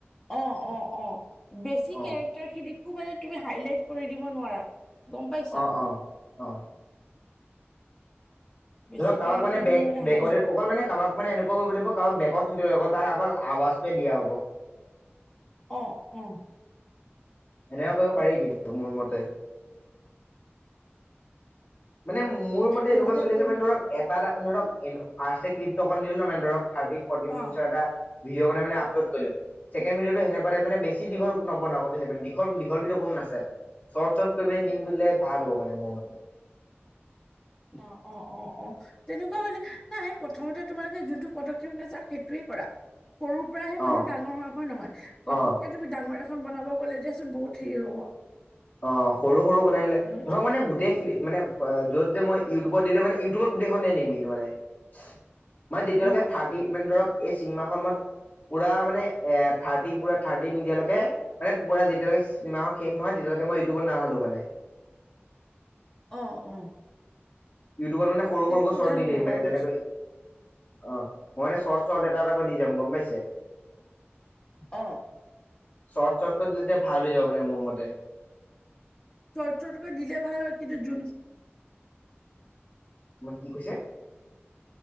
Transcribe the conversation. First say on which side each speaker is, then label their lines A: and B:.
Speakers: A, on the left (about 20°); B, on the left (about 45°).
A: অ অহ অহ বেছি
B: অ
A: কেৰেক্টাৰ খিনিকো মানে তুমি হাইলাইট কৰি দিব নোৱাৰা। গম পাইছা
B: অ অ অ।
A: বেছি
B: ধৰক কাবাক
A: কেৰেক্টাৰ
B: মানে বেক
A: খিনি
B: বেকটে
A: হাইলাইট
B: অকল মানে কাবাক মানে এনেকুৱা কৰিব লাগিব কাবাক বেকত থৈ দিব লাগিব তাৰ অকল আৱাজটো দিয়া হ'ব।
A: অ অহ।
B: এনেকুৱা কৰিব পাৰি কিন্তু মোৰ মতে। মানে মোৰ মতে
A: তেনেকে
B: এনেকুৱা চলি
A: কৰিলে
B: আছে মানে ধৰক এট টাত আপুনি ধৰক এন ফাষ্টে ক্লিলিপটো অকমান দিলো ন মানে ধৰক থাৰ্টি ফৰ্টি মিনিটচৰ
A: অ
B: এটা ভিডিও' বানাই মানে আপলোড কৰিলো। ছেকেণ্ড ভিদিওটো সেনেকুৱা টাইপ মানে বেছি দীঘল নবনাও গম পাইছে দীঘল দীঘল ভিদিও কোনো নাছাই। শৰ্ট চট কৈ পিনে দিম বুলিলে ভাল হ'ব মানে মোৰ মতে।
A: অ অ অ অ। তেনেকুৱা হলে নাই প্ৰথমতে তোমালোকে যোনটো পদক্ষেপ লৈছা সেইটোয়ে কৰা, সৰু সৰুৰ পৰাহে
B: অ
A: মানুহ ডাঙৰ হয় নহয় ঘপককে
B: অ
A: তুমি ডাঙৰ এখন বনাব গ'লে তেতিয়াচোন বহুত হেৰি হ'ব।
B: অ সৰু সৰু বনাই ল'লে
A: হয়টো
B: ধৰক মানে গোটেইখিনি মানে য'ত যে মই ইউটিউবত দিলে মানে ইউটিউবত গোটেইখনে দিম কিন্তু মানে যেতিয়ালৈকে
A: অ
B: থাৰ্টি মানে ধৰক এই চিনেমাখন মই পুৰা মানে এ থাৰ্টি পুৰা থাৰ্টি নিদিয়ালৈকে মানে পুৰা যেতিয়ালৈকে মাহৰ শেষ নহয় তেতিয়ালৈকে‌ ইউটিবত নাধালো মানে।
A: অ অ।
B: ইউটিউবত মানে সৰু
A: সেইটো
B: সৰুকৈ চৰ্ট
A: ভাল
B: দি
A: হ'ব
B: থাকিম
A: বাৰু
B: মানে
A: বস্তুটো
B: যেনেকৈ অহ। মই মনে শ্বৰ্ট শ্বৰ্ট এটা এটাকৈ দি যাম গম পাইছে?
A: অ।
B: শ্বৰ্ট শ্বৰ্ট কৈ দিলে তে ভাল হৈ যাব মানে মোৰ মতে।
A: শ্বৰ্ট শ্বৰ্টকৈ দিলে ভাল হয়, কিন্তু জোন
B: তোমাক কি কৈছে?